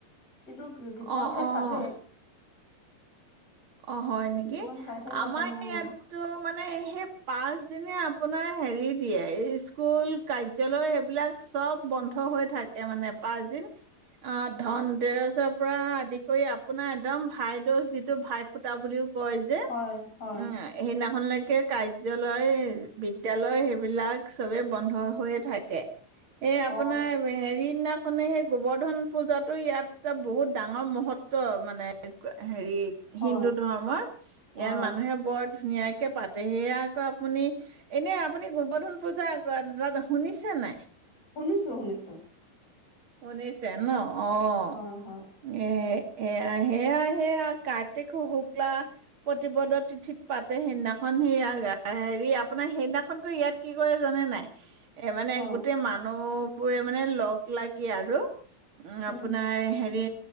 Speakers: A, on the left; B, on the right.
A: কিন্তু কিছুমান
B: অ
A: ঠাইত
B: অ
A: পাতে।
B: অ হয় নেকি
A: কিছুমান ঠাই ঠাই
B: আমাৰ
A: পাতে উম
B: ইয়াতটো মানে সেই পাচ যেনে আপোনাৰ হেৰি দিয়ে স্কুল কাৰ্য্যালয় সেইবিলাক চব বন্ধ হৈ থাকে মানে পাঁচ দিন। অ ধন দেৰেজৰ পৰা আ আদি কৰি আপোনাৰ একদম ভাই দোষ যিটো ভাই <unintelligible> বুলিও কয় যে
A: হয় হয়
B: উম সেই ন হল লৈকে কাৰ্যালয় বিদ্যালয় সেইবিলাক চবে বন্ধ হৈয়ে থাকে। এই
A: অ
B: আপোনাৰ হেৰি নাক খনে সেই গোবৰ্ধন পূজাতো ইয়াত ত বহুত ডাঙৰ মহত্ব মানে এ হেৰি
A: হয়
B: হিন্দু ধৰ্মৰ ইয়াৰ
A: অ
B: মানুহে বৰ ধুনীয়াক কে পাতে, সেয়া আকৌ আপুনি এনেই আপুনি গোবৰ্ধন পূজা <unintelligible> শুনিছে নাই?
A: শুনিছোঁ। শুনিছোঁ।
B: শুনিছে ন। অহ,
A: হয় হয়
B: এ হেয়া, হেয়া, হেয়া কা <unintelligible> শুক্লা প্ৰতিপদত তিথিত পাতে। সেইদিনাখন সেইয়া হেৰি আপো আপোনাৰ সেইদিনাখনকৈ ইয়াত কি কৰে জানে নাই এই মানে
A: হয়
B: গোটেই মানুহ বোৰে মানে লগ লাগি আৰু ও
A: উম
B: আপোনাৰ হেৰি